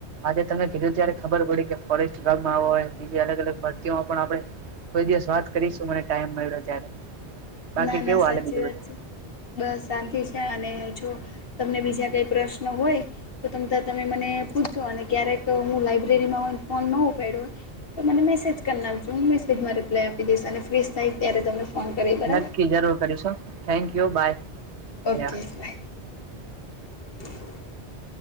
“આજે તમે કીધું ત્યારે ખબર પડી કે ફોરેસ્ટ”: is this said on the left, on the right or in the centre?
Right